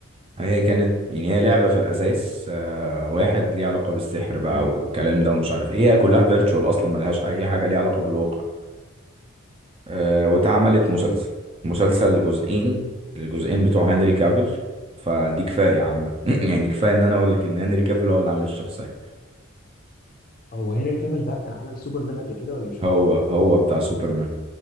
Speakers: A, on the right; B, on the left.
A: هي كانت يعني هي لعبة في الأساس آه واحد ليه علاقة بالسحر بقى
B: تمام
A: والكلام ده ومش عارف ايه هي كلها فيرتشوال أصلا ملهاش أي حاجة ليها علاقة بالواقع آه، واتعملت مسلسل
B: حلو
A: مسلسل جزئين الجزئين بتوع هنري كافيل فدي كفاية عامة <clears throat> يعني كفاية ان انا اقول لك ان هنري كافيل هو اللي عامل الشخصية
B: هو هنري كافيل ده كان عمل سوبرمان قبل كده ولا مش
A: هو
B: هو
A: هو بتاع سوبرمان